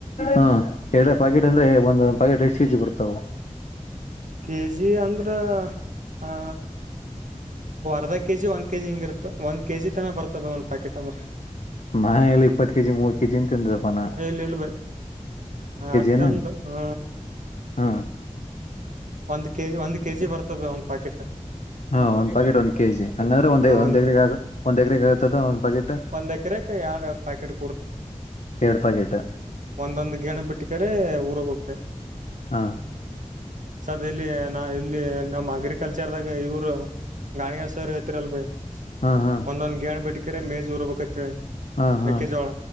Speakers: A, on the left; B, on the right.
A: ಹಾ ಎರಡ ಪಾಕೆಟ್ ಅಂದ್ರೆ ಒಂದ್ ಪಾಕೆಟ್ ಎಷ್ಟ್ ಕೆಜಿ ಬರ್ತಾವು.
B: ಕೆಜಿ ಅಂದ್ರೆ ಹಾ. ಅದು ಕೆ ಜಿ ಒಂದ ಕೆಜಿ ಹಿಂಗ ಇರ್ತ್ತು ಒಂದ್ ಕೆಜಿ ತನ ಬರ್ತವೆ ಒಂದು ಪ್ಯಾಕೆಟ್ ಅಂದ್ರೆ.
A: ನಾ ಎಲ್ಲಿ ಇಪ್ಪತ್ತು ಕೆ ಜಿ ಮೂವತ್ ಕೆಜಿ ಅಂತಂದ್ರಪ್ಪಾನ.
B: ಹೇ ಇಲ್ಲ ಬೈ ಹ ಅಷ್ಟೊಂದು
A: ಏನ
B: ಹ್ಮ
A: ಹಾ
B: ಒಂದ್ ಕೆ ಜಿ ಒಂದ್ ಕೆಜಿ ಬರ್ತದೆ ಒಂದು ಪ್ಯಾಕೆಟ್.
A: ಹಾ ಒಂದು ಪಕೆಟ್ ಒಂದ್ ಕೆ ಜಿ. ಹಂಗಂದ್ರೆ ಒಂದೇ
B: ಹ
A: ಒಂದ್ ಎಗ್ರ
B: ಕೆ
A: ಆ ಒಂದ್ ಎಗ್ರಕ್ಕೆ ಆಗತದ ಒಂದ್ ಪ್ಯಾಕೆಟ್.
B: ಒಂದ್ ಎಕರೆಕ ಎರಡ್ ಪ್ಯಾಕೆಟ್
A: ಎರಡು ಪ್ಯಾಕೆಟ್.
B: ಒಂದೊಂದು ಗಿಣ ಬಿಟ್ಟಕ್ರ ಊರಾಗ.
A: ಹಾ
B: <inaudible> ಸದ ಇಲ್ಲಿ ನಾ ಇಲ್ಲಿ ನಮ್ಮ್ ಅಗ್ರಿಕಲ್ಚರ್ದಾಗ ಇವರು ಗಾಣಿಗೇರ್ ಸರ್ ಇರಲ್ಲ ಬೈ
A: ಹಾ ಹಾ
B: ಒಂದ ಒಂದ ಗೇಣ ಬಿಟ್ಟಕ್ರ ಮೇಜ್ ಊರ್ಬೇಕತ್ತ
A: ಹಾ ಹಾ
B: ಮೆಕ್ಕೆಜೋಳ